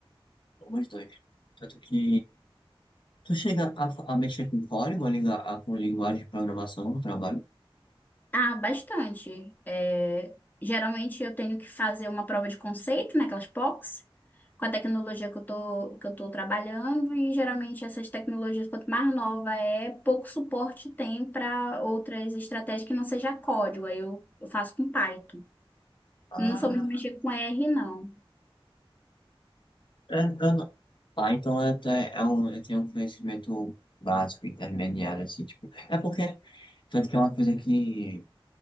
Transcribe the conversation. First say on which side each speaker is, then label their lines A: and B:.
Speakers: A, on the left; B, on the left.
A: Como os dois. Tanto que tu chega a, fa- a mexer com código, a, lingu- a- com linguagem de programação no trabalho.
B: Ah, bastante. É, geralmente eu tenho que fazer uma prova de conceito, né, aquelas POCs, com a tecnologia que eu tô, que eu tô trabalhando, e geralmente essas tecnologias, quanto mais nova é, pouco suporte tem para outras estratégias que não seja código. Aí eu, eu faço com Python.
A: Ah,
B: Não sou muito mexer com R, não.
A: é, eu não- Ah, então eu, te- é um, eu tenho um conhecimento básico, intermediário, assim, tipo. É porque, tanto que é uma coisa que